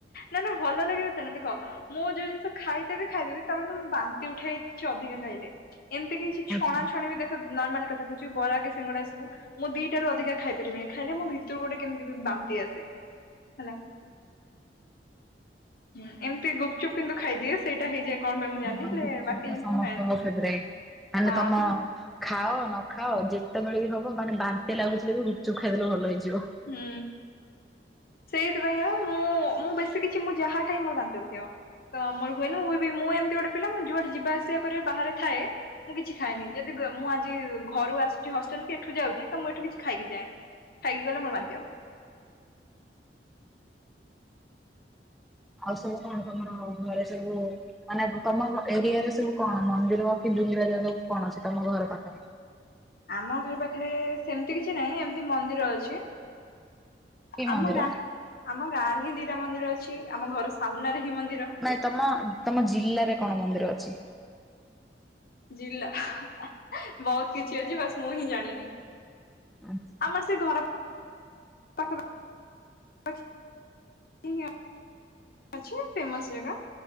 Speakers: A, on the left (about 55°); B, in the centre.
A: ନା ନା ଭଲ ଲାଗେ ସେମିତି ଦେଖ। ମୁଁ ଯୋଉ ଜିନିଷ ଖାଇ ଦେବି ଖାଇ ଦେବି ତାପରେ ମତେ ବାନ୍ତି ଉଠାଏ କିଛି ଅଧିକା ଖାଇଲେ। ଏମିତି କିଛି ଛଣା
B: ଆଚ୍ଛା।
A: ଛଣି ବି ଦେଖ ନର୍ମାଲି କଥା କହୁଛି ବରା କି ସିଙ୍ଗଡା ଏସବୁ। ମୁଁ ଦିଟାରୁ ଅଧିକା ଖାଇ ପାରିବିନି ଖାଇଲେ ମୋ ଭିତରୁ ଗୋଟେ କେମିତି ବାନ୍ତି ଆସେ ହେଲା। ହୁଉ ଏମିତି ଗୁପଚୁପ କିନ୍ତୁ ଖାଇଦିଏ। ସେଇଟା ହେଇଯାଏ କଣ ପାଇଁ
B: ହଁ
A: ମୁଁ ଜାଣିନି
B: ଗୁପଚୁପ୍
A: ହେଲେ ବାକି
B: ତ
A: ଜିନିଷ
B: ସମସ୍ତଙ୍କ
A: ମୁଁ ଖାଏନି
B: ଫେବରାଇଟ୍ ମାନେ
A: ହଁ।
B: ତମ ଖାଅ ନ ଖାଅ ଯେତେ ବେଳେ ବି ହବ ମାନେ ବାନ୍ତି ଲାଗୁଥିଲେ ବି ଗୁପଚୁପ୍ ଖାଇଦେଲେ ଭଲ ହେଇଯିବ।
A: ହୁଁ। ସେଇଥି ପାଇଁ ହଁ ମୁଁ ମୁଁ ବେଶୀ କିଛି ମୁଁ ଯାହା ଖାଇ ବି ମୋର ବାନ୍ତି ଉଠେଇବ। ତ ମୋର ହୁଏନି ମୁଁ ବି ମୁଁ ଏମିତି ଗୋଟେ ପିଲା ମୁଁ ଯୁଆଡେ ଯିବା ଆସିବା କରେ ବାହାରେ ଥାଏ। ମୁଁ କିଛି ଖାଏନି ଯଦି ଗ ମୁଁ ଆଜି ଘରୁ ଆସୁଛି ହଷ୍ଟେଲ କି ଏଠୁ ଯାଉଛି ତ ମୁଁ ଏଠୁ କିଛି ଖାଇକି ଯାଏନି। ଇଏଲେ ମୋ ବାନ୍ତି ହବ।
B: ଆଉ ସବୁ କଣ କଣ ଆଉ ଘରେ ସବୁ ମାନେ ତମର ଏରିଆରେ ସବୁ କଣ ମନ୍ଦିର କି ବୁଲିବା ଜାଗାକୁ କଣ ଅଛି ତମ ଘର ପାଖରେ?
A: ଆମ ଘର ପାଖରେ ସେମତି କିଛି ନାହିଁ ଏମତି ମନ୍ଦିର ଅଛି।
B: କି ମନ୍ଦିର
A: ଆମ ଗାଁ ଆମ ଗାଁ ରେ ହିଁ ଦିଟା ମନ୍ଦିର ଅଛି। ଆମ ଘର ସାମ୍ନାରେ ହିଁ ମନ୍ଦିର।
B: ନାଇଁ ତମ ତମ ଜିଲ୍ଲାରେ କଣ ମନ୍ଦିର ଅଛି?
A: ଜିଲ୍ଲା ବହୁତ୍ କିଛି ଅଛି। ବାସ୍ ମୁଁ ହିଁ ଜାଣିନି।
B: ଆଚ୍ଛା।
A: ଆମର ସେ ଘର ପାଖାପା ପାଖି ଖି ଆଉ ଅଛି ଫେମସ୍ ଜାଗା।